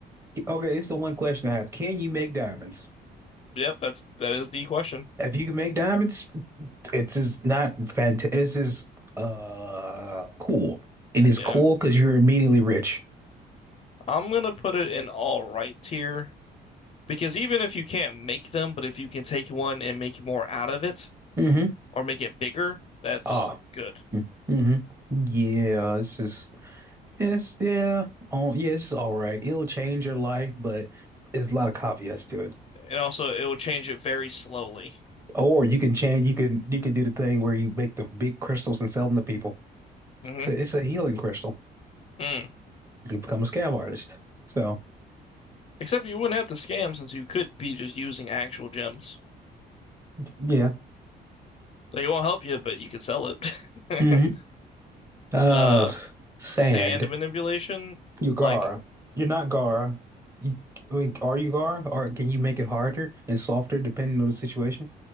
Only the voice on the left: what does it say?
Yep, that's that is the question.
Yeah.
I'm gonna put it in all right tier because even if you can't make them, but if you can take one and make more out of it
or make it bigger, that's
good.
And also it will change it very slowly.
hmm
Mm.
Except you wouldn't have to scam since you could be just using actual gems.
Like it won't help you, but you could sell it. <laughs>
Uh,
sand manipulation?
Like,